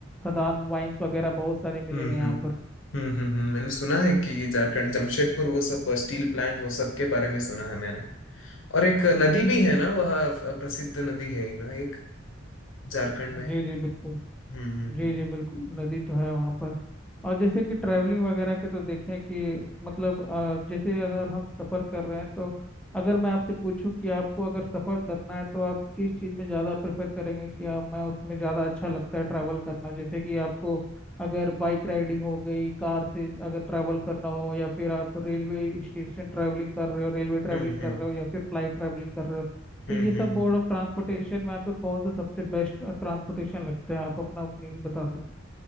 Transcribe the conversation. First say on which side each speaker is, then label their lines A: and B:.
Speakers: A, in the centre; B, on the left.
A: खदान माइंस वगैरह बहुत सारे मिलेंगे
B: हम्म
A: यहाँ
B: हम्म
A: पर
B: हम्म हम्म हम्म, मैंने सुना है कि झारखंड जमशेदपुर वो सब स्टील प्लांट वो सब के बारे में सुना है मैंने और एक नदी भी है ना वह प्रसिद्ध नदी है ही ना एक झारखंड में
A: जी जी बिल्कुल
B: हम्म हम्म
A: जी जी बिल्कुल नदी तो है वहाँ पर और जैसे कि ट्रैवलिंग वगैरह के तो देखें कि मतलब अ, जैसे अगर हम सफ़र कर रहे हैं तो अगर मैं आपसे पूछूं कि आपको अगर सफ़र करना है तो आप किस चीज़ में ज़्यादा प्रेफर करेंगे कि आप मैं उसमें ज़्यादा अच्छा लगता है ट्रैवल करना जैसे कि आपको अगर बाइक राइडिंग हो गई कार से अगर ट्रैवल करना हो या फिर आप रेलवे स्टेशन ट्रैवलिंग कर रहे हो रेलवे ट्रैवलिंग
B: हम्म
A: कर
B: हम्म
A: रहे हो या फिर फ्लाइट ट्रैवलिंग कर रहे हो
B: हम्म
A: तो ये
B: हम्म हम्म
A: सब मोड
B: हम्म।
A: ऑफ ट्रांसपोर्टेशन में आपको कौन सा सबसे बेस्ट ट्रांसपोर्टेशन लगता है आप अपना ओपिनियन बता सकते